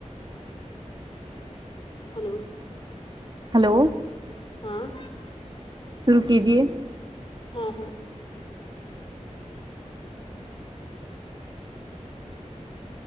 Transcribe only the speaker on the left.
ہلو
ہاں
ہاں ہاں ہاں